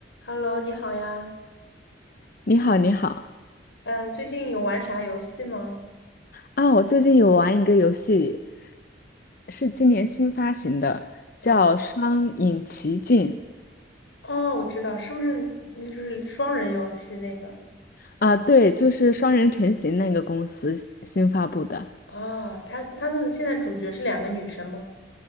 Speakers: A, on the left; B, on the left.
A: Hello，你好呀。
B: 你好，你好
A: 嗯，最近有玩啥游戏吗？
B: 啊！我最近有玩一个游戏，是今年新发行的，叫《双影奇境》
A: 嗯，哦，我知道，是不是那就是双人游戏那个？
B: 啊，对，就是双人成行那个公司新新发布的
A: 啊，他他的现在主角是两个女生吗？